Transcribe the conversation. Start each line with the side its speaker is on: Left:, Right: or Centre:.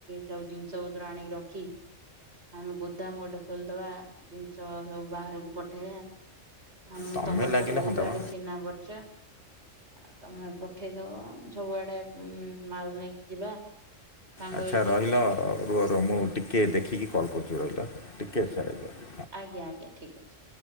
Right: ସବୁ ଜିନିଷ ପତ୍ର ଆଣିକି ରଖି ଆମେ ଗୋଦାମ ଗୋଟେ ଖୋଲିଦବା ଜିନିଷ ସବୁ ବାହାରକୁ ପଠେଇବା ଆମ
Left: ତମେ
Right: ତମର
Left: ଲାଗିଲେ
Right: ତ ବହୁତ
Left: ହନ୍ତା
Right: ଆଡେ
Left: ବା।
Right: ଚିହ୍ନା ପରିଛ ଆଉ ତମେ ପଠେଇଦବ ସବୁଆଡେ ଉ ମାଲ ନେଇକି ଯିବା ସାଙ୍ଗ
Left: ଆଚ୍ଛା
Right: ହେଇକି
Left: ରହିଲ ରୁର ମୁଁ ଟିକିଏ ଦେଖିକି କଲ୍ କରୁଛି ରହିଲା ଟିକେଏ ଆ୍ଛା ରହିଲ
Right: ଆଜ୍ଞା ଆ୍ଞା ଠିକ ଅଛି